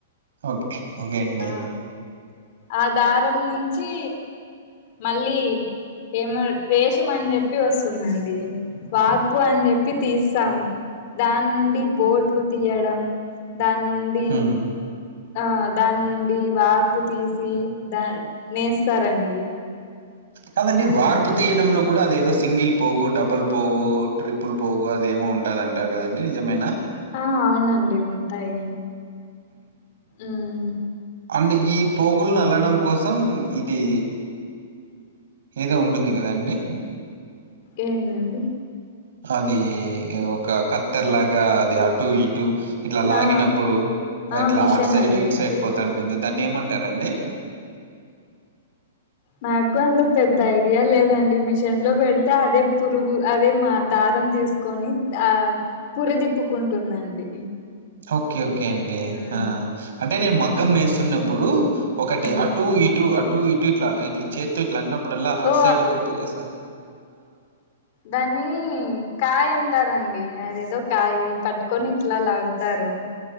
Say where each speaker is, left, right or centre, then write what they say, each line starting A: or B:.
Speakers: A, on the right; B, on the left.
A: ఓకే ఓకే అండి.
B: ఆ ఆ దారం నుంచి మళ్ళీ ఏమో రేషం అని చెప్పి వస్తుందండి వార్పు అని చెప్పి తీస్తాము దాని నుండి బోట్లు తీయడం దాని నుండి
A: హ్మ్.
B: ఆ దాని నుండి వార్పు తీసి దా నేస్తారండి
A: కాదండి వార్పు తీయడంలో కూడా అదేదో సింగిల్ పోగు డబుల్ పోగు ట్రిపుల్ పోగు అదేమో ఉంటాదంట కదండి నిజమేనా
B: ఆ అవునండి ఉంటాయి ఉమ్
A: అండి ఈ పోగులను అల్లడం కోసం ఇది ఏదో ఉంటుంది గదా అండి
B: ఏదండి
A: అది ఒక కత్తెర లాగా అది అటు ఇటు ఇట్లా లాగినప్పుడు
B: ఆ ఆ
A: ఇట్లా
B: మిషన్
A: అటు సైడ్
B: అండి
A: ఇటు సైడ్ పోత ఉంటుంది దాన్ని ఏమంటారండి
B: నాకు అంత పెద్ద ఐడియా లేదండి మిషన్ లో పెడితే అదే పురుగు అదే మా దారం దీస్ కొని ఆ పురిదిప్పుకుంటుందండి
A: ఓకే ఓకే అండి
B: ఉమ్
A: ఆ అంటే నేను మగ్గం నేస్తున్నప్పుడు ఒకటి
B: ఉమ్
A: అటు ఇటు అటు ఇటు ఇట్లా ఇట్లా చేత్తో ఇట్ల అన్న ప్పుడలా అట్
B: ఓ
A: సైడ్ ఒకటి యేసా
B: దాని కాయ్ అంటారండి అదేదో కాయ పట్టుకొని ఇట్లా లాగుతారు